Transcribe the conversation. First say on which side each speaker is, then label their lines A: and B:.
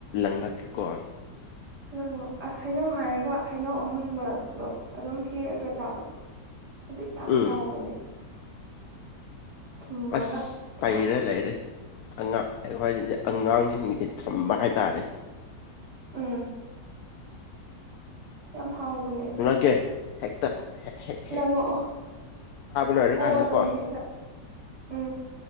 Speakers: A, on the left; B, on the right.
A: ꯂꯪꯂꯛꯀ‌ꯦꯀꯣ
B: ꯂꯪꯂꯛꯑꫭ ꯑꯥꯍꯩꯅꯧ ꯍꯥꯏꯔꯒ ꯍꯩꯅꯧ ꯑꯃꯨꯟꯕꯗꯣ ꯑꯗꯨꯝ ꯍꯦꯛꯑꯒ ꯆꯥꯕꯗꯣ ꯑꯗꯨ ꯌꯥꯝ
A: ꯎꯝ
B: ꯍꯥꯎꯕꯅꯦ ꯊꯨꯝꯃꯒ
A: ꯑꯁ ꯄꯩꯔ
B: ꯌꯥꯝ
A: ꯂꯩꯔꯦ ꯑꯉꯥꯡ ꯑꯩꯈꯣꯏꯗꯗꯤ ꯑꯉꯥꯡꯁꯤꯡꯁꯤ ꯊꯝꯕ ꯍꯥꯏꯇꯥꯔꯦ
B: ꯎꯝ ꯌꯥꯝ ꯍꯥꯎꯕꯅꯦ ꯑꯗꯣ
A: ꯀꯦ ꯍꯦꯛꯇ ꯍꯦꯛ <inaudible> <unintelligible>
B: ꯂꯪꯉꯛꯑꯣ
A: ꯂꯣꯏꯔꯀꯥꯟꯗꯀꯣ
B: ꯑꯣꯑꯗꯧꯅꯤ ꯍꯦꯛꯇ ꯎꯝ